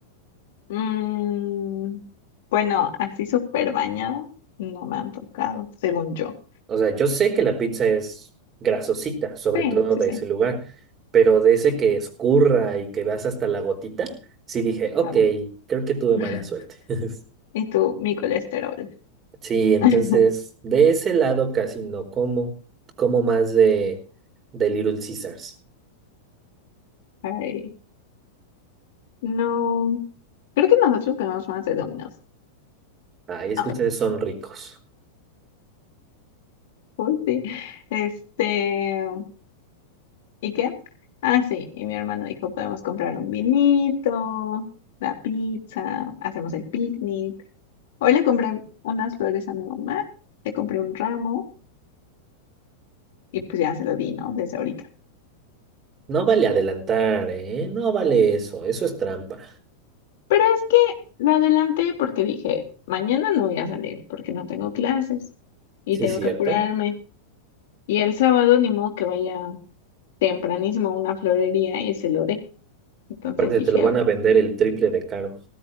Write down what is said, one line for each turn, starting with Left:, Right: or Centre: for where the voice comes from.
Left: Mm, bueno, así súper bañada, no me han tocado, según yo.
Right: O sea, yo sé que la pizza es grasosita, sobre
Left: Sí,
Right: todo
Left: sí,
Right: de
Left: sí.
Right: ese lugar, pero de ese que escurra y que vas hasta la gotita, sí dije, ok,
Left: Am.
Right: creo que tuve
Left: <laughs>
Right: mala suerte. <laughs>
Left: Y tú, mi colesterol.
Right: Sí, entonces
Left: <laughs>
Right: de ese lado casi no como, como más de, de Little Caesars.
Left: Ay, no. Creo que nosotros comemos más de Domino's.
Right: Ay, es
Left: Ah,
Right: que ustedes son ricos.
Left: uy, sí. Este, ¿y qué? Ah, sí. Y mi hermano dijo, podemos comprar un vinito, la pizza, hacemos el picnic. Hoy le compré unas flores a mi mamá, le compré un ramo y pues ya se lo di, ¿no? Desde ahorita.
Right: No vale adelantar, ¿eh? No vale eso, eso es trampa.
Left: Pero es que lo adelanté porque dije, mañana no voy a salir porque no tengo clases y
Right: Sí,
Left: tengo
Right: cierto.
Left: que apurarme. Y el sábado ni modo que vaya tempranísimo a una florería y se lo dé. Entonces
Right: Aparte
Left: dije,
Right: te lo van
Left: "Ah,
Right: a vender el triple de caro.